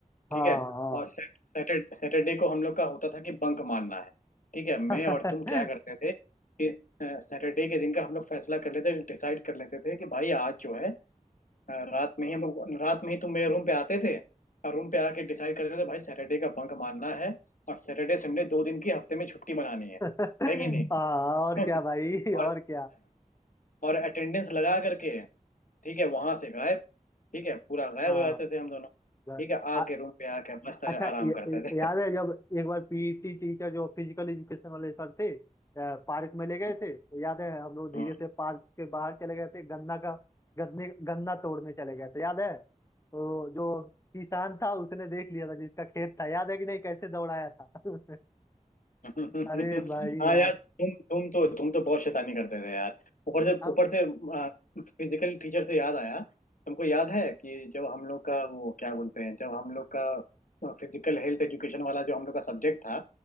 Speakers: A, on the left; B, on the left.
A: हाँ
B: ठीक है और सैटरडे सैटरडे को हम लोग का होता था कि बंक मारना है ठीक है मैं
A: हाँ
B: और तुम क्या करते
A: <laughs>
B: थे कि सैटरडे के दिन का हम लोग फैसला कर लेते डिसाइड कर लेते थे कि भाई आज जो है हाँ, रात में ही हम लोग रात में ही तुम मेरे रूम पे आते थे और रूम पे आके डिसाइड करते थे भाई सैटरडे का बंक मारना है और सैटरडे संडे दो दिन की हफ्ते में छुट्टी मनानी है
A: हाँ
B: है कि नहीं
A: और क्या
B: <laughs>
A: भाई
B: और
A: और क्या
B: और अटेंडेंस लगा करके ठीक है वहां से गायब ठीक है पूरा गायब
A: हाँ
B: हो जाते थे हम दोनों
A: बस।
B: ठीक है आके
A: आ-
B: रूम पे आके मस्त आराम
A: अच्छा य-
B: करते
A: य-
B: थे
A: याद है जब एक बार पीटी टीचर जो फिजिकल एजुकेशन वाले सर थे अ, पार्क में ले गए
B: <laughs>
A: थे तो याद है हम लोग धीरे
B: हाँ।
A: से पार्क के बाहर चले गए थे गन्ना का गन्ने गन्ना तोड़ने चले गए थे याद है तो जो किसान था उसने देख लिया था जिसका खेत था याद है कि नहीं कैसे दौड़ाया था <laughs>
B: हाँ
A: अरे भाई यार
B: यार तुम तुम तो तुम तो बहुत शैतानी करते थे यार ऊपर से
A: अब
B: ऊपर से फिजिकल टीचर से याद आया तुमको याद है कि जब हम लोग का वो क्या बोलते हैं जब हम लोग का फिजिकल हेल्थ एजुकेशन वाला जो हम लोग का सब्जेक्ट था